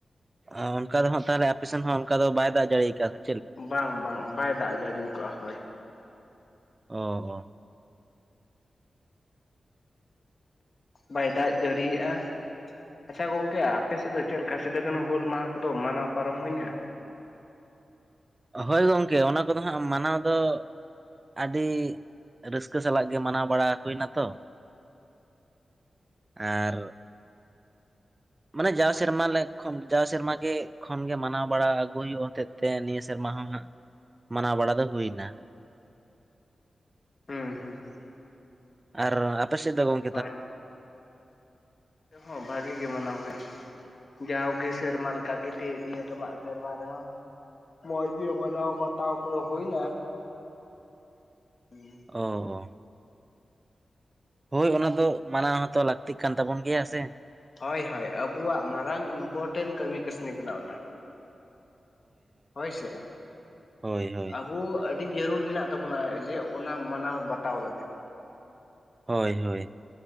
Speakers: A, on the right; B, on the left.
A: ᱚᱱᱠᱟ ᱫᱚ ᱦᱟᱜ ᱛᱟᱦᱚᱞᱮ ᱟᱯᱮ ᱥᱮᱱ ᱦᱚᱸ ᱚᱱᱠᱟ ᱫᱚ ᱵᱟᱭ ᱫᱟᱜ ᱡᱟᱲᱤ ᱟᱠᱟᱫ-ᱟ
B: ᱵᱟᱝ ᱵᱟᱝ ᱵᱟᱭ ᱫᱟᱜ ᱡᱟᱲᱤᱭᱟᱣᱟᱠᱟᱫᱼᱟ ᱦᱳᱭ
A: ᱚ ᱚ
B: ᱵᱟᱭ ᱫᱟᱜ ᱡᱟᱹᱲᱤᱭᱮᱜ-ᱟ᱾ ᱟᱪᱪᱷᱟ ᱜᱚᱝᱠᱮ ᱟᱯᱮ ᱥᱮᱫ ᱫᱚ ᱪᱮᱫ ᱞᱮᱠᱟ ᱥᱤᱫᱩ ᱠᱟᱹᱱᱦᱩ ᱦᱩᱞ ᱢᱟᱦᱟᱸ ᱠᱚᱫᱚ ᱢᱟᱱᱟᱣ ᱯᱟᱨᱚᱢ ᱦᱩᱭᱱᱟ?
A: ᱦᱳᱭ ᱜᱚᱝᱠᱮ ᱚᱱᱟ ᱠᱚᱫᱚ ᱦᱟᱸᱜ ᱢᱟᱱᱟᱣ ᱫᱚ ᱟᱹᱰᱤ ᱨᱟᱹᱥᱠᱟᱹ ᱥᱟᱞᱟᱜ ᱜᱮ ᱢᱟᱱᱟᱣ ᱵᱟᱲᱟ ᱦᱩᱭᱱᱟᱛᱚ᱾ ᱟᱨ ᱢᱟᱱᱮ ᱡᱟᱣ ᱥᱮᱨᱢᱟ ᱞᱮ ᱡᱟᱣ ᱥᱮᱨᱢᱟ ᱜᱮ ᱠᱷᱚᱱᱜᱮ ᱢᱟᱱᱟᱣ ᱵᱟᱲᱟ ᱟᱹᱜᱩ ᱦᱩᱭᱩᱜ ᱦᱚᱛᱮᱜ ᱛᱮ ᱱᱤᱭᱟᱹ ᱥᱮᱨᱢᱟ ᱦᱚᱸ ᱦᱟᱸᱜ ᱢᱟᱱᱟᱣ ᱵᱟᱲᱟ ᱫᱚ ᱦᱩᱭ ᱮᱱᱟ᱾
B: ᱦᱩᱸ ᱦᱩᱸ ᱦᱩᱸ
A: ᱟᱨ ᱟᱯᱮᱥᱮᱫ ᱫᱟ ᱜᱚᱝ
B: ᱦᱳᱭ <unintelligible> ᱦᱚᱸ ᱵᱷᱟᱹᱜᱤ ᱜᱮ ᱢᱟᱱᱟᱣ ᱦᱩᱭ᱾ ᱡᱟᱣᱜᱮ ᱥᱮᱨᱢᱟ ᱞᱮᱠᱟ ᱛᱮᱜ ᱱᱤᱭᱟᱹ ᱫᱚ ᱢᱟᱜ ᱥᱮᱨᱢᱟ ᱨᱮᱦᱚᱸ ᱢᱚᱡ ᱜᱮ ᱢᱟᱱᱟᱣ ᱵᱟᱛᱟᱣ ᱠᱚᱫᱚ ᱦᱩᱭᱱᱟ ᱦᱩᱸ᱾
A: ᱚ ᱦᱳᱭ ᱚᱱᱟ ᱫᱚ ᱢᱟᱱᱟᱣ ᱦᱟᱛᱟᱣ ᱞᱟᱹᱠ ᱛᱤ ᱠᱟᱱ ᱛᱟᱵᱚᱱ ᱜᱮᱭᱟ ᱥᱮ᱾
B: ᱦᱳᱭ ᱦᱳᱭ ᱟᱵᱚᱣᱟᱜ ᱢᱟᱨᱟᱝ ᱤᱱᱯᱚᱴᱮᱱᱴ ᱠᱟᱹᱢᱤ ᱠᱟᱹᱥᱱᱤ ᱠᱟᱱᱟ ᱚᱱᱟ᱾ ᱦᱳᱭ ᱥᱮ
A: ᱦᱳᱭ ᱦᱳᱭ
B: ᱟᱵᱚ ᱟᱵᱚ ᱟᱹᱰᱤ ᱡᱟᱹᱨᱩᱲ ᱢᱮᱱᱟᱜ ᱛᱟᱵᱚᱱᱟ ᱡᱮ ᱚᱱᱟ ᱢᱟᱱᱟᱣ ᱵᱟᱛᱟᱣ ᱞᱟᱹᱜᱤᱫ᱾
A: ᱦᱳᱭ ᱦᱳᱭ